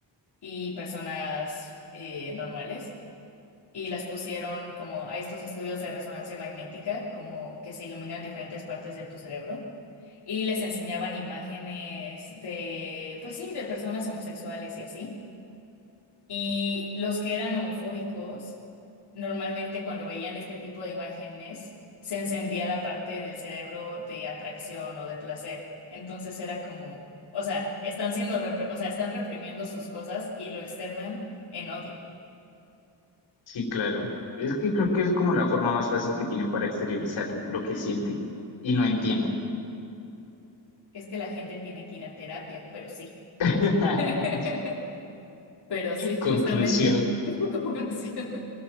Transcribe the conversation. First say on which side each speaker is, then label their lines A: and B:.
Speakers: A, on the left; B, on the left.
A: y personas eh, normales y las pusieron como a estos estudios de resonancia magnética, como que se iluminan diferentes partes de tu cerebro. y les enseñaban imágenes de, pues sí, de personas homosexuales y así. Y los que eran homofóbicos, normalmente cuando veían este tipo de imágenes, se encendía la parte del cerebro de atracción o de placer. Entonces era como, o sea, están siendo, repre- o sea, están reprimiendo sus cosas y lo externan en odio.
B: sí, claro. Es que creo que es como la forma más fácil que tienen para exteriorizar lo que sienten y no entienden.
A: Es que la gente tiene que ir a terapia, pero sí.
B: <laughs>
A: <laughs> Pero sí,
B: Conclusión.
A: justamente. <laughs> Conclusión.